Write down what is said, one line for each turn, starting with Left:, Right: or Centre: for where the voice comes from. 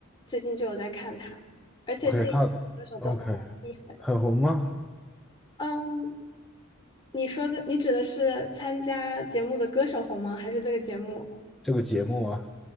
Left: 最近就有在看它，而且这一季歌手都还蛮厉害的。
Centre: OK，他 OK 很红吗？
Left: 嗯。你说的，你指的是参加节目的歌手红吗？还是这个节目？
Centre: 这个节目啊，